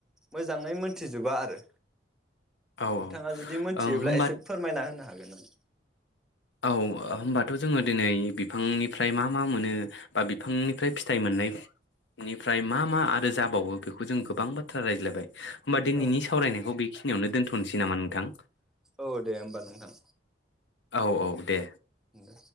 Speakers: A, in the centre; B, on the left.
A: मोजाङै मोनथिजोबा आरो
B: औ
A: नोंथाङा जुदि मोनथियोब्ला
B: औ होमबा
A: एसे फोरमायना होनो हागोन गोनां
B: औ होमबाथ' जोङो दिनै बि फांनिफ्राय मा मा मोनो बा बिफांनिफ्राय फिथाइ मोननायनिफ्राय मा मा आरो जाबावो बेखौ जों गोबां बाथ्रा रायज्लायबाय होमबा दिनैनि
A: औ
B: सावरायनायखौ बेखि नियावनो दोनथ'नोसै नामा नोंथां
A: औ दे होमबा नोंथां
B: औ औ दे
A: दे